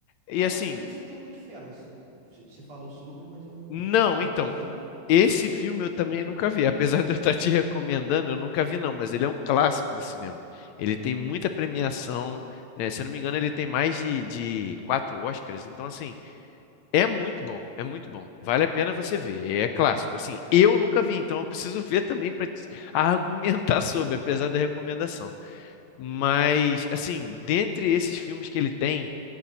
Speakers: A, on the left; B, on the right.
A: E
B: Agora,
A: assim,
B: e esse The Goodfellas? Você falou sobre, mas eu não,
A: não,
B: nunca
A: então,
B: vi.
A: esse filme eu também nunca vi, apesar de eu estar te recomendando, eu nunca vi não, mas ele é um clássico do cinema. Ele tem muita premiação, né? Se eu não me engano, ele tem mais de, de quatro Oscars, então assim, É muito bom, é muito bom. Vale a pena você ver. É clássico. Assim, eu nunca vi, então eu preciso <laughs> ver também para argumentar <laughs> sobre, apesar da recomendação. Mas, assim, dentre esses filmes que ele tem,